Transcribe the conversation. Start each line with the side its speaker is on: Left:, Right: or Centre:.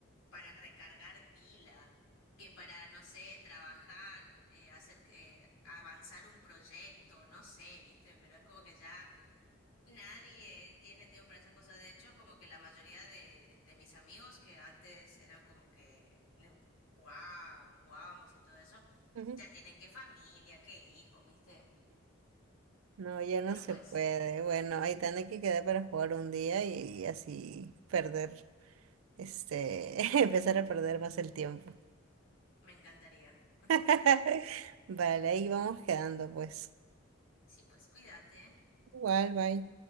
Left: para recargar pila, que para, no sé, trabajar, eh, hacer que avanzar un proyecto, no sé, ¿viste? Pero es como que ya nadie tiene tiempo para esas cosas. De hecho, como que la mayoría de, de mis amigos que antes era como que les ju- jugaba, jugábamos y todo eso,
Right: Ujú.
Left: ya tienen que familia, que hijos, ¿viste?
Right: No, ya no
Left: Pero
Right: se
Left: pues,
Right: puede. Bueno, ahí tiene que quedar para jugar un día y, y así perder, este, <laughs> empezar a perder más el tiempo.
Left: me encantaría, <laughs>
Right: <laughs>
Left: me encantaría.
Right: Vale, ahí vamos quedando, pues.
Left: Sí, pues cuídate.
Right: Igual, bye.